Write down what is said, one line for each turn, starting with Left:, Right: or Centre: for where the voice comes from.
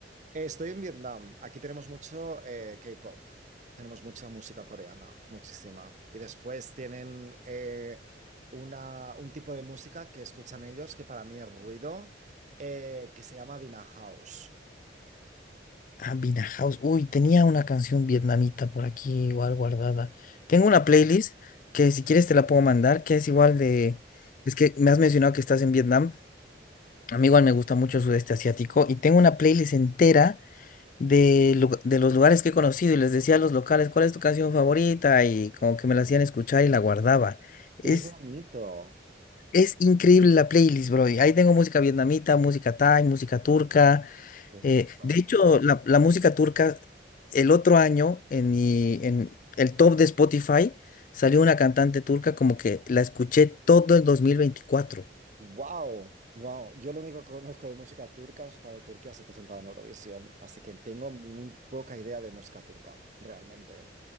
Right: Eh, Estoy en Vietnam. Aquí tenemos mucho eh, K-pop. Tenemos mucha música coreana, muchísima. Y después tienen eh, una, un tipo de música que escuchan ellos, que para mí es ruido, eh, que se llama Vina House.
Left: Ah, Vina House. Uy, tenía una canción vietnamita por aquí igual guardada. Tengo una playlist que si quieres te la puedo mandar, que es igual de... Es que me has mencionado que estás en Vietnam. A mí igual me gusta mucho el sudeste asiático y tengo una playlist entera de, lu- de los lugares que he conocido y les decía a los locales cuál es tu canción favorita y como que me la hacían escuchar y la guardaba. Es
Right: ¡Qué bonito!
Left: Es increíble la playlist, bro. y Ahí tengo música vietnamita, música thai, música turca.
Right: ¡Qué bonito!
Left: eh, de hecho, la, la música turca, el otro año, en mi, en el top de Spotify, salió una cantante turca como que la escuché todo el 2024.
Right: ¡Wow! ¡Wow! Yo lo único que conozco de música turca es cuando Turquía se presentaba en Eurovisión, así que tengo muy poca idea de música turca, realmente.